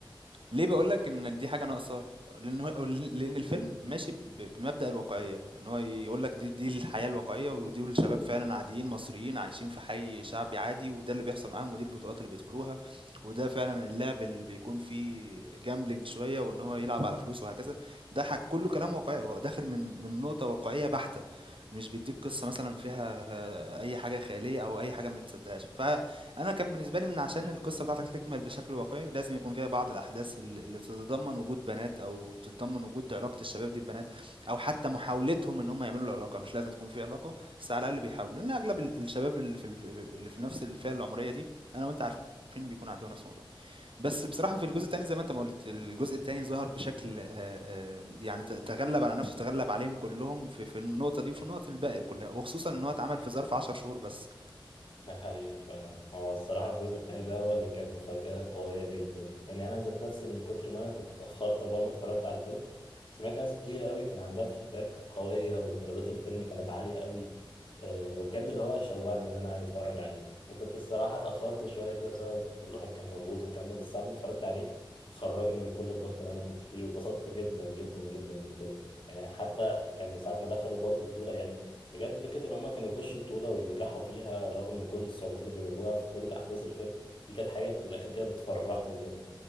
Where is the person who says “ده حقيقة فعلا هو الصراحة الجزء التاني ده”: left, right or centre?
Left